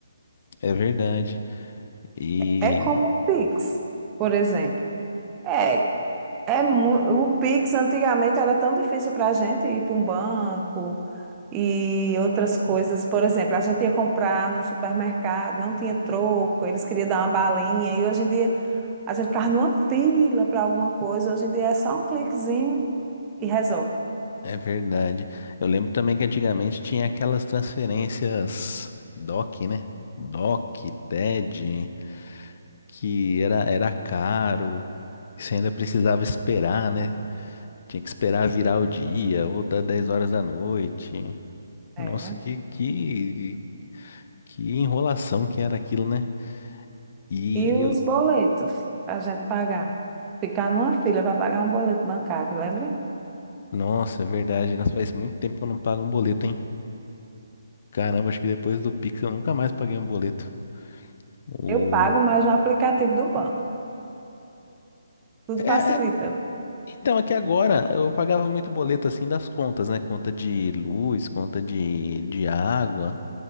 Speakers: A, on the left; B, on the right.
A: É verdade. E
B: É como o Pix, por exemplo. É É mu- O Pix antigamente era tão difícil para a gente ir para um banco e outras coisas. Por exemplo, a gente ia comprar no supermercado, não tinha troco, eles queriam dar uma balinha. E hoje em dia a gente ficava numa fila para alguma coisa. Hoje em dia é só um cliquezinho e resolve.
A: é verdade. Eu lembro também que antigamente tinha aquelas transferências DOC, né? DOC, TED, que era, era caro, e você ainda precisava esperar, né? Tinha que esperar virar o dia ou dar 10 horas da noite.
B: É,
A: Nossa,
B: né?
A: que, que, que enrolação que era aquilo, né? E,
B: E
A: e eu-
B: os boletos para a gente pagar. Ficar numa fila para pagar um boleto bancário, lembra?
A: nossa, é verdade. Nós faz muito tempo que eu não pago um boleto, hein? Caramba, acho que depois do Pix eu nunca mais paguei um boleto. O...
B: Eu pago mais no aplicativo do banco. Tudo facilita.
A: É, é, então, é que agora eu pagava muito boleto assim das contas, né? Conta de luz, conta de, de água.